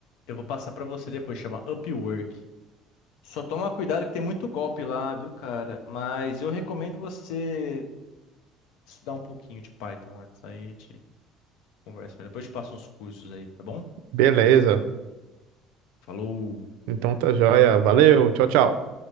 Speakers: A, on the left; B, on the right.
A: Eu vou passar pra você depois, chama Upwork. Só toma cuidado que tem muito golpe lá, viu, cara? Mas eu recomendo você estudar um pouquinho de Python antes. Aí a gente conversa. melhor. Depois eu te passo uns cursos aí, tá bom?
B: Beleza.
A: Falou!
B: Então tá joia. Valeu. Tchau, tchau.